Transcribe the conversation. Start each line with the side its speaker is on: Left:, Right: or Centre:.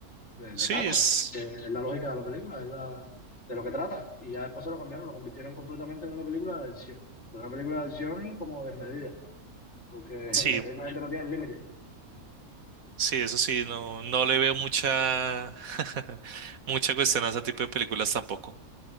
Left: de,
Right: Sí,
Left: de carros
Right: es,
Left: que es la lógica de la película, es la, de lo que trata. Y ya después se lo cambiaron, lo convirtieron completamente en una película de acción. Pero una película de acción como desmedida, porque <laughs> esa
Right: sí,
Left: gente no tiene límite.
Right: sí, eso sí, no, no le veo mucha, <laughs> mucha cuestión a ese tipo de películas tampoco.